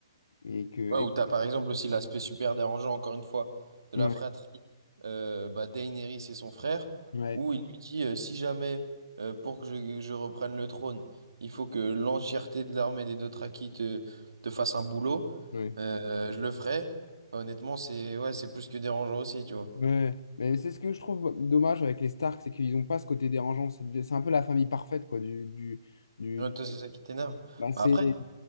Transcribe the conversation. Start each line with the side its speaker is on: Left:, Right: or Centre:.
Left: et que.
Right: Ouais,
Left: et-
Right: ou t'as par exemple aussi l'aspect super dérangeant, encore une fois, de
Left: Ouais,
Right: la fratrie. Euh, bah, Daenerys et son frère,
Left: ouais,
Right: où il lui dit euh, si jamais, euh, pour que je, je reprenne le trône, il faut que l'entièreté de l'armée des Dothraki te, te fasse un boulot,
Left: ouais.
Right: euh, je le ferai. Honnêtement, c'est ouais, c'est plus que dérangeant aussi, tu vois.
Left: ouais. ouais. Mais c'est ce que je trouve dommage avec les Stark, c'est qu'ils n'ont pas ce côté dérangeant. C'est c'est un peu la famille parfaite, quoi, du, du, du,
Right: Ouais,
Left: du
Right: toi, c'est ça qui t'énerve.
Left: passé.
Right: Bah, après,